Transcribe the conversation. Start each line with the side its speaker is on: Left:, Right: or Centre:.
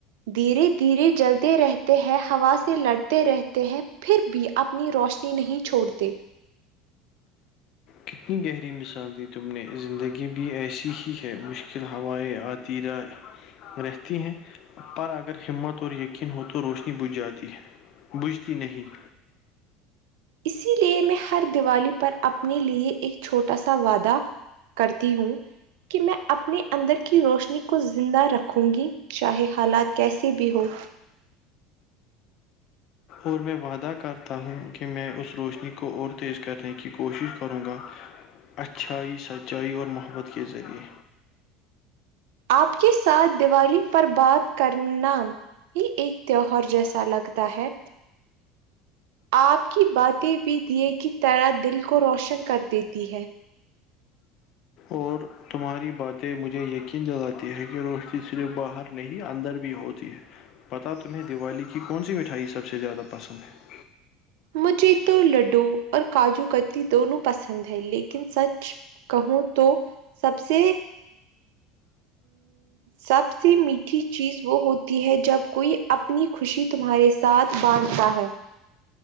Right: دھیرے دھیرے جلتے رہتے ہیں ہوا سے لڑتے رہتے ہیں پھر بھی اپنی روشنی نہیں چھوڑتے
Left: کتنی گہری مثال دی تم نے زندگی بھی ایسی ہی ہے مشکل ہوائیں آتییرہ رہتی ہیں پر اگر ہمت اور یقین ہو تو روشنی بجھ جاتی ہے بجھتی نہیں
Right: اسی لیے میں ہر دیوالی پر اپنے لیے ایک چھوٹا سا وعدہ کرتی ہوں کہ میں اپنے اندر کی روشنی کو زندہ رکھوں گی چاہے حالات کیسے بھی ہووں
Left: اور میں وعدہ کرتا ہوں کہ میں اس روشنی کو اور تیز کرنے کی کوشش کروں گا اچھائی سچائی اور محبت کے ذریعے
Right: آپ کے ساتھ دیوالی پر بات کرنا یہ ایک تہوہار جیسا لگتا ہے آپ کی باتیں بھی دیے کی طیرح دل کو روشن کر دیتی ہے
Left: اور تمہاری باتیں مجھے یقین دلاتی ہے کہ روشنی صرف باہر نہیں اندر بھی ہوتی ہے پتا تمہیں دیوالی کی کون سی مٹھائی سب سے زیادہ پسند ہے
Right: مجھے تو لڈو اور کاجو کتی دونوں پسند ہے لیکن سچ کہوں تو سب سے ا سب سے میٹھی چیز وہ ہوتی ہے جب کوئی اپنی خوشی تمہارے ساتھ بانٹتا ہے